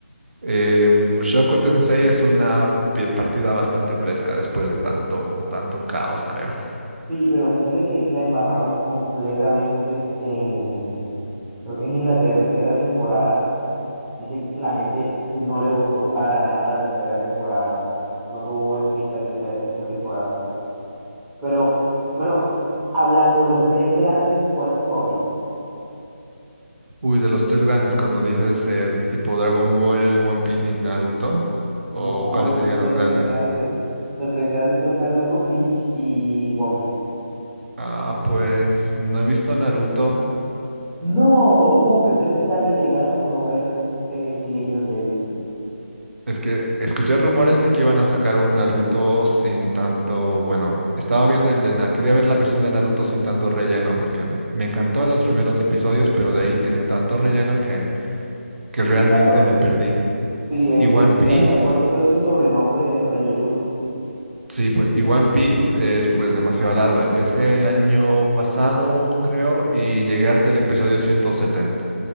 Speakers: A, on the right (about 60°); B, in the centre.
A: eh, Mushoku Tensei es una pi- partida bastante fresca después de tanto, tanto caos, creo.
B: Sí, pero fíjate que la embarraron completamente en, creo que es en la tercera temporada. Dicen que la gente no le gustó para nada la tercera temporada. No tuvo buen feedback esa, esa temporada. Pero bueno, hablando de los tres grandes, ¿cuál es tu favorito?
A: Uy, de los tres grandes, cuando dices eh, tipo Dragon Ball, One Piece y Naruto,
B: No,
A: ¿o cuáles
B: esos
A: serían
B: no son
A: los
B: los
A: grandes?
B: tres grandes. Los tres grandes son Naruto, Bleach y One Piece.
A: Ah, pues no he visto Naruto.
B: No, uff, eso es tan ilegal como no ver eh, Shingeki no Kyojin.
A: Es que escuché rumores de que iban a sacar un Naruto sin tanto, bueno, estaba viendo el de Na, quería ver la versión de Naruto sin tanto relleno, porque me encantó los primeros episodios, pero de ahí tenía tanto relleno que, que realmente
B: Sí, claro,
A: me perdí.
B: Sí, eh,
A: Y One
B: en
A: Piece.
B: realidad por eso es su sobrenombre de Reyeruto.
A: Sí, pues, y One Piece es pues demasiado largo. Empecé el año pasado, creo, y llegué hasta el episodio ciento setenta.